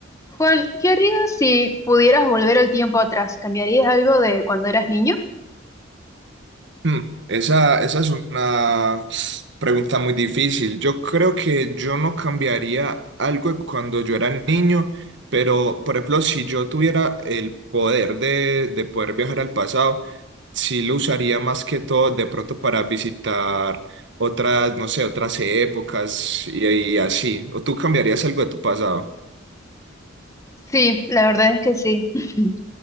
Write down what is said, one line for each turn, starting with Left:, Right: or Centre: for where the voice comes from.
Left: Juan, ¿qué harías si pudieras volver el tiempo atrás? ¿Cambiarías algo de cuando eras niño?
Right: Hmm, Esa, esa es una pregunta muy difícil. Yo creo que yo no cambiaría algo de cuando yo era niño, pero por ejemplo, si yo tuviera el poder de, de poder viajar al pasado, sí lo usaría más que todo de pronto para visitar otras, no sé, otras épocas y, y así. ¿O tú cambiarías algo de tu pasado?
Left: Sí, la verdad es que sí. <laughs>